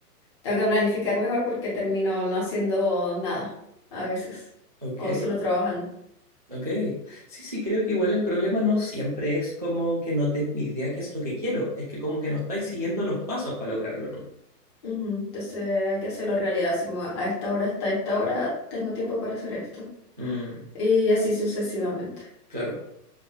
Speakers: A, on the left (about 15°); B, on the right (about 25°).
A: tengo que planificar mejor porque termino no haciendo nada a veces
B: Ok.
A: o solo trabajando.
B: Ok, sí, sí, creo que igual el problema no siempre es como que no tengo idea qué es lo que quiero, es que como que no estáis siguiendo los pasos para lograrlo, ¿no?
A: Ujú, Entonces hay que hacerlo realidad, así como a esta hora hasta esta hora tengo tiempo para hacer esto
B: Mm,
A: y así sucesivamente.
B: claro,